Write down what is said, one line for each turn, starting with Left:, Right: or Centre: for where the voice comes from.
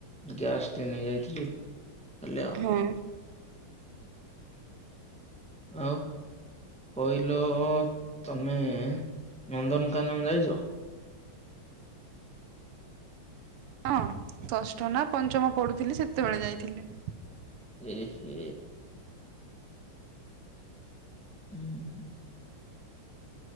Centre: ଗ୍ୟାସଟି ନେଇ ଯାଇଥିଲି। କାଲି ଆଉ
Right: ହଁ।
Centre: ଆଉ କହିଲ ତମେ ନନ୍ଦନକାନନ ଯାଇଛ?
Right: ହଁ ଷଷ୍ଠ ନା ପଞ୍ଚମ ପଢୁଥିଲି ସେତେବେଳେ ଯାଇଥିଲି।
Centre: ଏ ହେ। ହୁଁ।